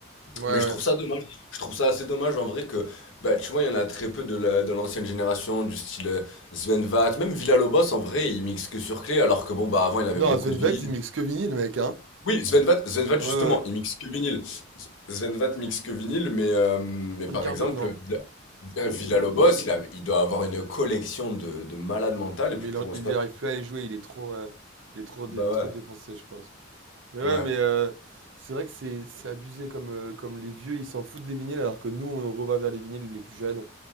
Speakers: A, on the right; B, on the left.
A: Ouais,
B: Mais
A: ouais.
B: je trouve ça dommage. Je trouve ça assez dommage en vrai que, bah, tu vois, il y en a très peu de la- de l'ancienne génération, du style euh, Sven Vath. Même Villalobos en vrai, il mixe que sur clé, alors que bon, bah, avant, il avait
A: Non,
B: beaucoup
A: Svenvet,
B: de vinyle.
A: il mixe que vinyle, mec, hein?
B: Oui, Sven Vath, Sven Vath,
A: Ouais,
B: justement,
A: ouais.
B: il mixe que vinyle. S- Sven Vath mixe que vinyle, mais, euh, mais
A: Ricardo,
B: par exemple,
A: non.
B: Villa- villa il, a- il doit avoir une collection de, de malades mentales,
A: Mais
B: et puis
A: il,
B: pour...
A: en- il
B: c'est pas-
A: arrive plus à les jouer, il est trop... euh, Il est trop,
B: Bah
A: dé- trop défoncé, je pense. Mais
B: ouais.
A: ouais,
B: Ouais.
A: mais euh, c'est vrai que c'est c'est abusé comme, euh, comme les vieux ils s'en foutent des vinyles alors que nous on revient vers les vinyles les plus jeunes.